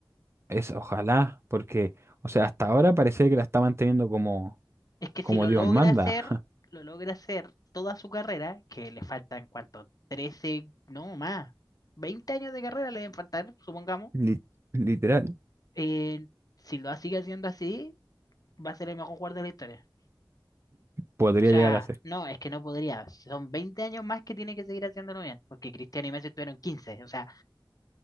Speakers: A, on the right; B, on the left.
A: Es ojalá, porque, o sea, hasta ahora parecía que la está manteniendo como,
B: es que
A: como
B: si lo
A: Dios
B: logra
A: manda.
B: hacer, lo logra hacer toda su carrera, que le faltan cuánto, 13 no más, 20 años de carrera le deben faltar, supongamos.
A: <laughs> Li- literal,
B: eh, si lo sigue haciendo así, va a ser el mejor jugador de la historia.
A: podría
B: O sea,
A: llegar a ser.
B: no, es que no podría. Son 20 años más que tiene que seguir haciéndolo bien, porque Cristiano y Messi estuvieron 15. O sea,